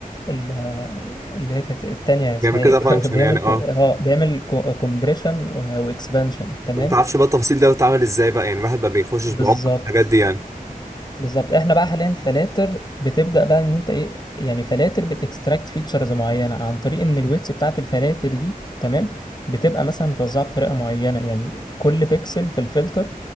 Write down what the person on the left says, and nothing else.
ال- آه، اللي هي كانت التانية
اسمها
ايه
<laughs> بيعمل
كو-
اه بيعمل كومبريشن واكسبانشن تمام
بالظبط
بالظبط احنا بقى حاليا فلاتر بتبدا بقى ان انت ايه يعني فلاتر بتكستراكت فيتشرز معينه عن طريق ان الويتس بتاعت الفلاتر دي تمام بتبقى مثلا متوزعه بطريقه معينه يعني كل بيكسل في الفلتر